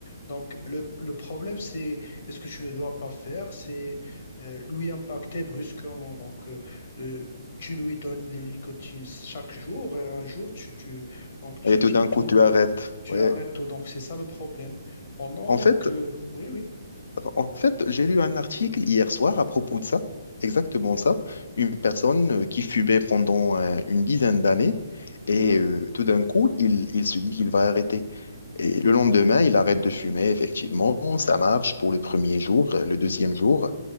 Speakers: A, on the left (about 45°); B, on the left (about 70°).
A: Donc, le, le problème, c'est est-ce que tu ne dois pas faire, c'est euh, lui impacter brusquement. Donc, euh, euh, tu lui donnes la nicotine chaque jour et un jour, tu, tu, donc, tu
B: Et tout
A: quittes
B: d'un coup,
A: tout.
B: tu arrêtes.
A: Tu
B: Ouais.
A: arrêtes tout, donc c'est ça le problème. Pendant
B: En fait,
A: que... Oui, oui.
B: en fait, j'ai lu un article hier soir à propos de ça, exactement ça. Une personne euh, qui fumait pendant euh, une dizaine d'années et euh, tout d'un coup, il, il se dit qu'il va arrêter. Et le lendemain, il arrête de fumer, effectivement. Ça marche pour le premier jour, euh, le deuxième jour.